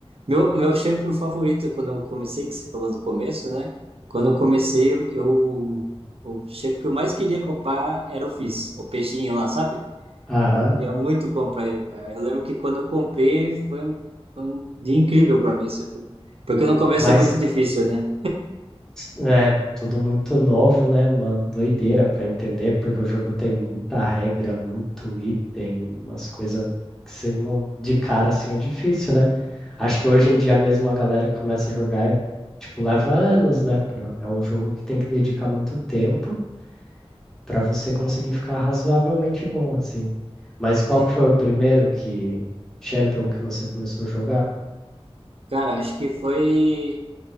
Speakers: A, on the right; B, in the centre.
A: Meu, meu shampoo favorito, é quando eu comecei, que você falou do começo, né? Quando eu comecei, eu, eu- o shampoo que eu mais queria comprar era o Fizz, o peixinho lá, sabe?
B: Aham.
A: Eu queria muito comprar ele, cara. Eu lembro que quando eu comprei, foi um, foi um dia incrível pra mim. assim, Porque no começo
B: Mas
A: é muito difícil, né?
B: É, tudo muito novo, né? Uma doideira para entender, porque o jogo tem muita regra, muito item, umas coisas que você não. De cara assim é difícil, né? Acho que hoje em dia mesmo a galera que começa a jogar é, tipo, leva anos, né? pra- É um jogo que tem que dedicar muito tempo para você conseguir ficar razoavelmente bom, assim. Mas qual
A: Sim.
B: que foi o primeiro que Champion que você começou a jogar?
A: Cara, acho que foi.